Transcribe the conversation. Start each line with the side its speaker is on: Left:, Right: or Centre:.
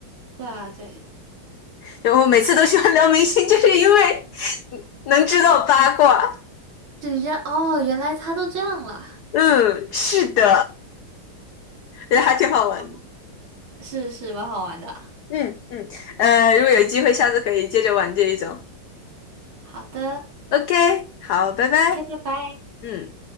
Right: 对啊，对，
Left: 就我每次都喜欢聊明星，就是因为能知道八卦。
Right: 是这样哦，原来他都这样了。
Left: 嗯，是的，觉得还挺好玩的
Right: 嗯是是，蛮好玩的。
Left: 嗯嗯，呃，如果有机会，下次可以接着玩这一种。
Right: 好的
Left: OK，好，拜拜。
Right: ，OK，拜拜。
Left: 嗯。